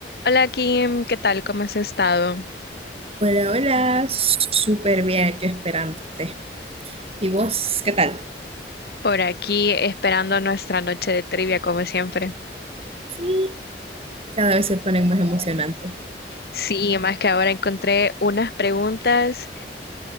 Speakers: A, on the left; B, on the right.
A: Hola Kim, ¿qué tal? ¿Cómo has estado?
B: Hola, hola, súper bien, yo esperándote. ¿Y vos, qué tal?
A: Por aquí esperando nuestra noche de trivia como siempre.
B: Sí, cada vez se ponen más emocionantes.
A: Sí, más que ahora encontré unas preguntas